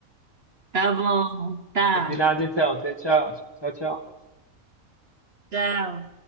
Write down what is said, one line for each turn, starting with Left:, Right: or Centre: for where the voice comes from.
Right: Tá bom. Tá.
Left: Combinado então. Até tchau. Tchau, tchau.
Right: Tchau.